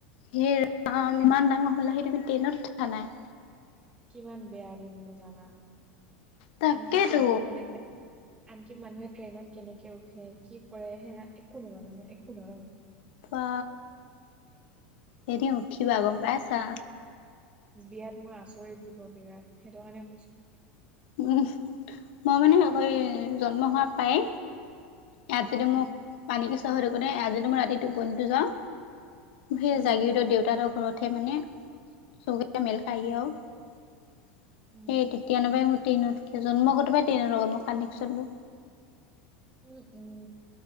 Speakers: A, on the left; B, on the right.
A: সেই ৰাম ইমান ডাঙৰ হলাহি তুমি ট্ৰেইনত উঠা নাই।
B: কিমান বেয়া দিন মোৰ জানা?
A: তাকেতো
B: আনকি ট্ৰেইনত মানেকে আনকি মানুহে ট্ৰেইনত কেনেকে উঠে কি কৰে হেয়া একো নাজানো মই একো নাজানো
A: বা এদিন উঠিবা গম পাইছা
B: বিয়াত মই আচৰিত দিব বিৰাট সেইটো কাৰণে কৈছো
A: উম মই মানে আকৌ জন্ম হোৱা পায়। ইয়াত
B: অ',
A: যদি মোক পানীকেঁচুৱা হৈ থাকোত ইয়াত যদি মই ৰাতি টোপনিটো যাওঁ। সেই
B: উম,
A: জাগিৰোডৰ দেউতাৰ হতৰ ঘৰত হে মানে চকু কেইটা। মেল
B: উম,
A: খাইগে আও সেই
B: উম,
A: তেতিয়ানো পায় মোৰ ট্ৰেইনত। কেই জন্মগতৰ পৰাই‌ ট্ৰেনৰ লগত মোৰ কানেকচন।
B: উম উম